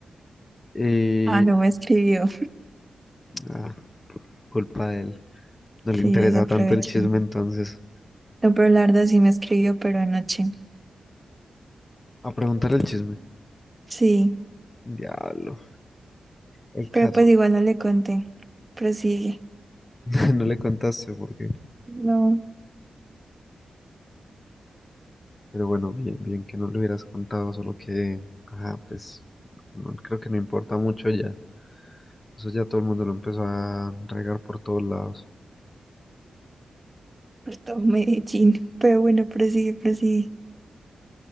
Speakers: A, on the left; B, on the right.
A: Y
B: Ah, no me escribió.
A: ah, culpa de él. No
B: Sí,
A: le interesa
B: desaproveché.
A: tanto el chisme entonces.
B: No, pero Larda sí me escribió, pero anoche.
A: A preguntar el chisme.
B: Sí,
A: Diablo. El
B: pero
A: caso.
B: pues igual no le conté. Prosigue.
A: <laughs> No le contaste porque
B: No,
A: Pero bueno, bien, bien que no lo hubieras contado, solo que, ajá, pues no, creo que no importa mucho ya. Eso ya todo el mundo lo empezó a regar por todos lados.
B: pues todo Medellín. Pero bueno, prosigue, prosigue.